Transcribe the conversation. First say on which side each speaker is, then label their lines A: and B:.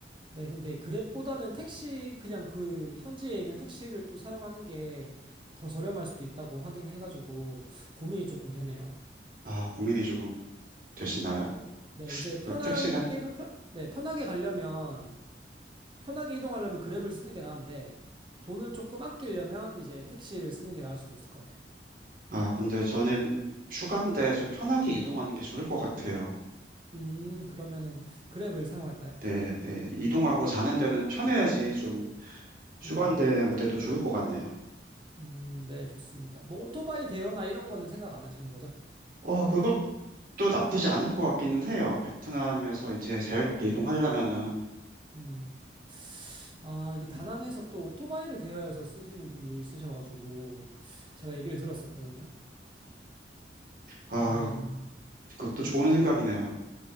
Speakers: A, on the right; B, on the right.
A: 네, 근데 그랩보다는 택시, 그냥 그 현지에 있는 택시를 또 사용하는 게 더 저렴할 수도 있다고 하긴 해가지고 고민이 조금 되네요.
B: 아, 고민이 조금 되시나요?
A: 네, 이제 편한
B: 네, 택시나?
A: 게, 편, 네, 편하게 가려면, 편하게 이동하려면 그랩을 쓰는 게 나은데 돈을 조금 아끼려면 이제 택시를 쓰는 게 나을 수도 있을 것 같아요.
B: 아, 근데 저는 휴가인데 좀 편하게 이동하는 게 좋을 것 같아요.
A: 음, 그러면은 그랩을 사용할까요?
B: 네, 네. 이동하고 자는 데는 편해야지 좀 휴가인데
A: 음,
B: 아무데도 좋을 것 같네요.
A: 음, 네, 좋습니다. 뭐 오토바이 대여나 이런 거는 생각 안 하시는 거죠?
B: 어, 그것도 나쁘지 않을 것 같기는 해요. 베트남에서 이제 자유롭게 이동하려면은.
A: 음. 아, 이게 다낭에서 또 오토바이를 대여해서 쓰시는 분들이 있으셔가지고, 제가 얘기를 들었었거든요.
B: 아,
A: 음,
B: 그것도 좋은
A: 음,
B: 생각이네요.